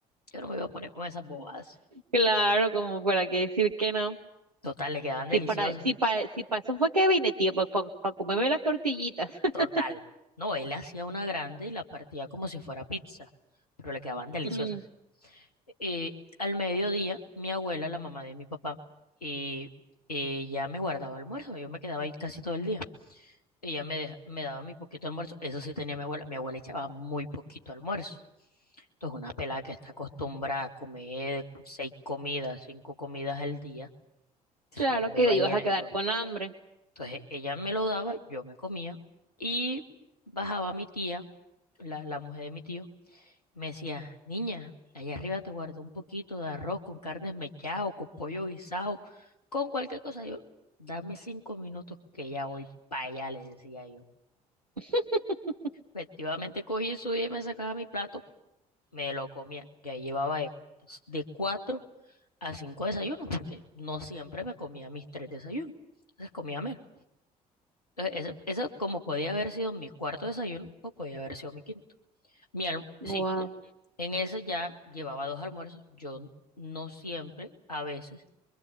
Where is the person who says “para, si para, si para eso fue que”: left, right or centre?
Right